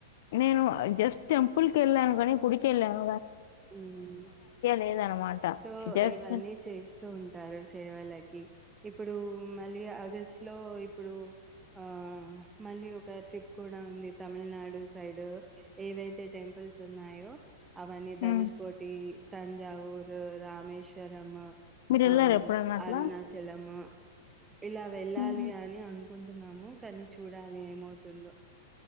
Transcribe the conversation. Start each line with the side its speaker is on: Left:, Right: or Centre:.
Left: నేను జస్ట్ ఎం కుల్ కెల్లాను గనీ గుడి కెల్లావ్
Right: మ్మ్
Left: లేదనమాట.
Right: సో
Left: జస్ట్
Right: ఇవన్నీ చేస్తూ ఉంటారు సేవలకి ఇప్పుడు మళ్ళీ ఆగస్ట్ లో ఇప్పుడు ఆ మళ్ళీ ఒక ట్రిప్ కూడా ఉంది తమిల్నాడు సైడు ఏవైతే థెంపుల్స్ ఉన్నాయో అవన్
Left: హ్మ్.
Right: ధనుష్ కోటి తంజావ్ ఊరు రామేశ్వరము
Left: మీరెళ్లారా
Right: ఆమ్
Left: ఎప్పుడన్నా అట్లా?
Right: అరుణాచలము ఇలా వెళ్ళాలి
Left: హుహు.
Right: అని అనుకుంటున్నాము కని చూడాలి ఏమవుతుందో